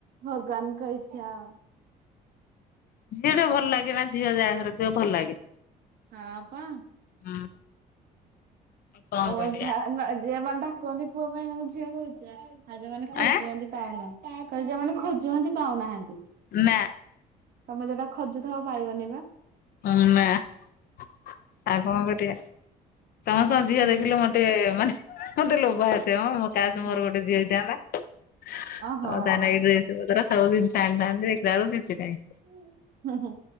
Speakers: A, on the right; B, on the left.
A: ଭଗବାନଙ୍କ ଇଚ୍ଛା ଆଉ।
B: ଝିଅଟା ଭଲ ଲାଗେ ନା ଝିଅ ଯାହାଘରେ ଥିବ ଭଲ ଲାଗେ।
A: ହଁ ପା।
B: ହୁଁ। କଣ
A: ଓ ହୋ
B: କରିବା
A: ଝା ନା ଝିଏ ମାନେ ତ କୁହନ୍ତି ପୁଅ ପାଇଁ ଆଉ ଝିଅ ହୋଉଚି। ଆଉ ଯୋଉମାନେ ଖୋଜୁଚନ୍ତି
B: ଆଁ
A: ପାଉନାହାନ୍ତି କହିଲ ଯୋଉମାନେ ଖୋଜୁହନ୍ତି ପାଉନାହାନ୍ତି।
B: ନାଁ।
A: ତମେ ଯୋଉଟା ଖୋଜୁଥବ ପାଇବନି ପା।
B: ଉଁ ମା ଆଉ କଣ କରିବା। ସମସ୍ତଙ୍କ ଝିଅ
A: ହୁଁ
B: ଦେଖିଲେ ମୋତେ ମାନେ <unintelligible> ମତେ ଲୋଭ ଆସେମ। ମୋ କାସ୍ ମୋର
A: ହଁ
B: ଗୋଟେ ଝିଅ ହେଇଥାନ୍ତା। ଆଉ
A: ହଁ ହଁ।
B: ତାନାଗି ଡ୍ରେସ ପତର ସବୁଜିନିଷ ଆଣିଥାନ୍ତି ଦେଖିଲା ବେଳକୁ କିଛି ନାହିଁ।
A: ହୁଁ ହୁଁ।